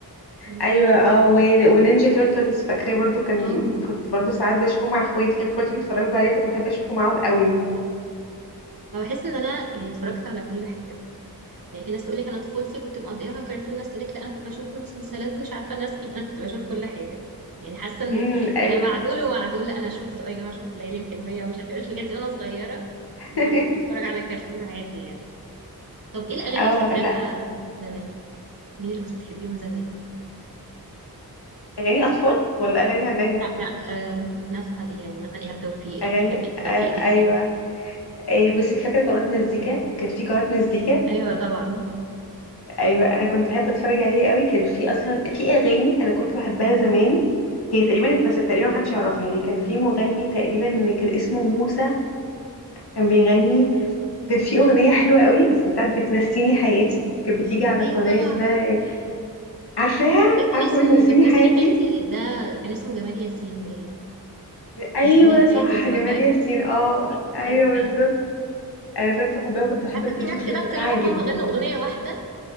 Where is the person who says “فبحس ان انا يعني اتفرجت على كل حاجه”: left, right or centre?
Right